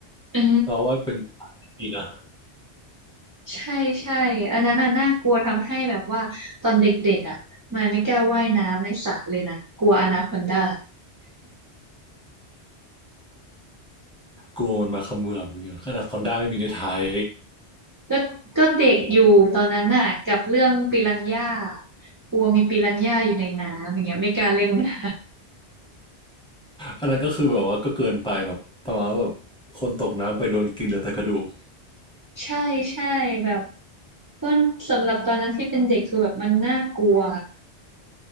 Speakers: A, on the right; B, in the centre.
A: เออ
B: เราว่าเป็นฉากี่ดีนะ
A: ใช่ใช่อันนั้นน่ะน่ากลัวทำให้แบบว่าตอนเด็กๆอ่ะมายไม่กล้าว่ายน้ำในสระเลยนะกลัวอนาคอนดา
B: กลัวมันมาเขมือบอย่างเงี้ยขนาดคอนด้าไม่มีในไทย
A: ก็ก็เด็กอยู่ตอนนั้นน่ะกับเรื่องปิรันย่ากลัวมีปิรันย่าอยู่ในน้ำอย่างเงี้ยไม่กล้าเล่นน้
B: อันนั้นก็คือแบบว่าก็เกินไปแบบประมาณว่าแบบคนตกน้ำไปโดนกินเหลือแต่กระดูก
A: ำ <laughs> ใช่ใช่แบบก็สำหรับตอนนั้นที่เป็นเด็กคือแบบมันน่ากลัว